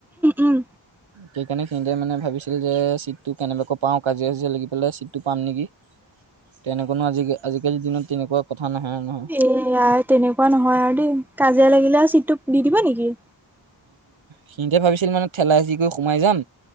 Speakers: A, in the centre; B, on the right.
A: উম
B: সেইকাৰণে সিনিতে মানে ভাবিছিল যে চিটটো কেনেবাকৈ পাওঁ কাজিয়া কাজিয়া লাগি পেলাই চিটটো পাম নেকি তেনেকুৱানো আজি আজিকালিৰ দিনত তেনেকুৱা। কথা নাহে নহয়।
A: এ ইাৰ তেনেকুৱা নহয় আৰু দেই কাজিয়া লাগিলে আৰু চিটটো দি দিবা নেকি।
B: সিহতে ভাবিছিল মানে ঠেলাই চি কৰি সোমাই যাম।